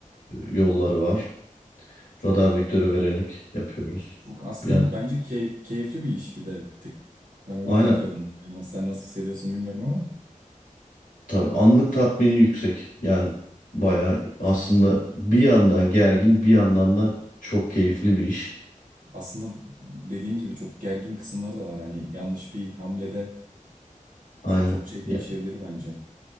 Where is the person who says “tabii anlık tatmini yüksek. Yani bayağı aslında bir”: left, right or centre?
Left